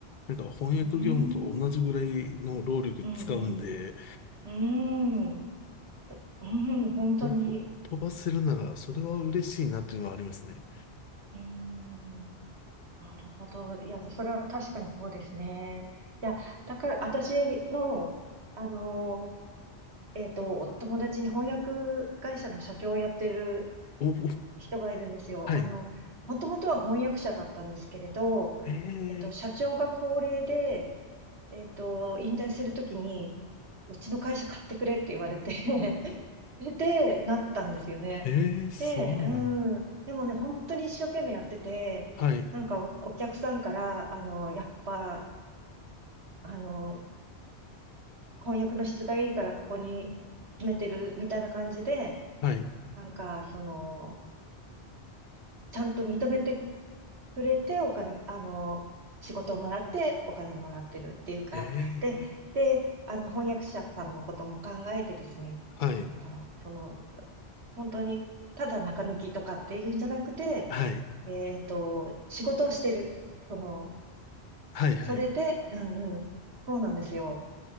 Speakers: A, on the left; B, on the right.
A: なんか翻訳業務と同じぐらいの労力使うんで
B: ーん、うん、うん、うーん、うーん、本当に。
A: 僕飛ばせるならそれは嬉しいなっていうのはありますね。
B: うーん、なるほど。いや、それは確かにそうですね。いや、だから、私の、あの、えっと、お友達に翻訳会社の社長をやってる
A: おお
B: 人がいるんですよ。
A: はい。
B: あの、もともとは翻訳者だったんですけれど、
A: ええ
B: えっと、社長が高齢で、えっと、引退するときに、うちの会社買ってくれって言われて <laughs> で、なったんですよね。
A: ええすごいな。
B: で、うん。でもね、本当に一生懸命やってて、
A: はい。
B: なんかお、お客さんから、あの、やっぱ、あの、翻訳の質がいいからここに決めてるみたいな感じで、
A: はい。
B: なんか、その、ちゃんと認めてくれて、お金、あの、仕事をもらってお金をもらってるっていうか、
A: ええ
B: で、で、あの、翻訳者さんのことも考えてですね、
A: はい。
B: なんだろう、その、本当に、ただ中抜きとかっていうんじゃなくて、
A: はい。
B: えっと、仕事をしてる。その、
A: はい。はい。
B: それで、うんうん、そうなんですよ。